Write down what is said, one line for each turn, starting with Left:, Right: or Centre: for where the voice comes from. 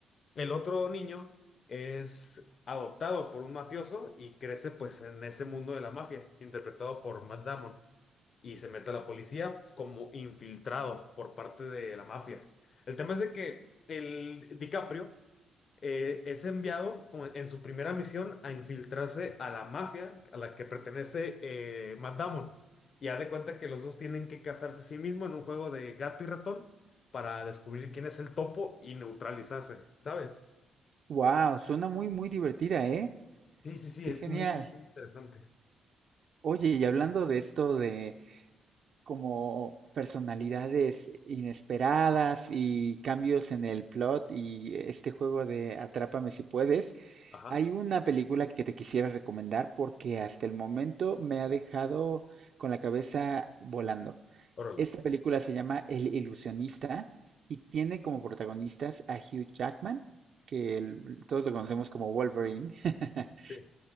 Left: El otro niño es adoptado por un mafioso y crece pues en ese mundo de la mafia, interpretado por Matt Damon y se mete a la policía como infiltrado por parte de la mafia. El tema es de que el DiCaprio eh, es enviado como en su primera misión a infiltrarse a la mafia a la que pertenece eh, Matt Damon. Y haz de cuenta que los dos tienen que casarse a sí mismos en un juego de gato y ratón para descubrir quién es el topo y neutralizarse, ¿sabes?
Right: ¡Wow! Suena muy, muy divertida, ¿eh?
Left: Sí, sí, sí,
Right: ¡Qué
Left: es
Right: genial!
Left: muy, muy interesante.
Right: Oye, y hablando de esto de como personalidades inesperadas y cambios en el plot y este juego de Atrápame si puedes.
Left: Ajá,
Right: Hay una película que te quisiera recomendar porque hasta el momento me ha dejado con la cabeza volando.
Left: órale.
Right: Esta película se llama El Ilusionista y tiene como protagonistas a Hugh Jackman, que el- todos lo conocemos como Wolverine, <laughs>
Left: Sí.